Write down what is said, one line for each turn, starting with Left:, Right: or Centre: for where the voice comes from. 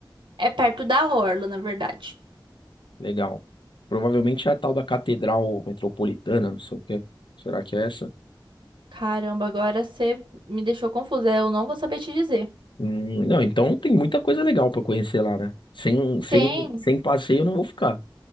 Right: É perto da orla, na verdade.
Left: Legal. Provavelmente é a tal da Catedral Metropolitana, não sei o quê. Será que é essa?
Right: Caramba, agora você me deixou confusa. Eu não vou saber te dizer.
Left: Hum, não, então tem muita coisa legal pra conhecer lá, né? Sem, sem,
Right: Tem.
Left: sem passeio eu não vou ficar.